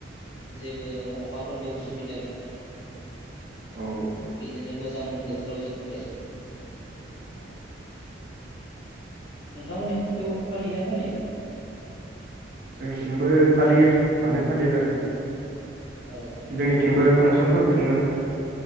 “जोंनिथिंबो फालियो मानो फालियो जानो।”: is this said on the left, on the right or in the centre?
Right